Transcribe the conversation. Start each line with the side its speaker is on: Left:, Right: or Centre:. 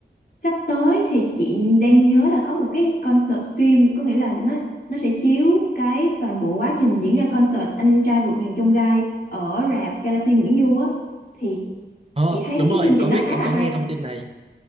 Left: sắp tới thì chị đang nhớ là có một cái concert phim có nghĩa là nó nó sẽ chiếu cái toàn bộ quá trình diễn ra concert Anh trai vượt ngàn chông gai ở rạp Galaxy Nguyễn Du á thì
Right: Ờ,
Left: chị thấy
Right: đúng
Left: cái
Right: rồi
Left: chương
Right: em
Left: trình
Right: có
Left: nó
Right: biết
Left: khá
Right: em
Left: là
Right: có
Left: hay
Right: nghe thông tin này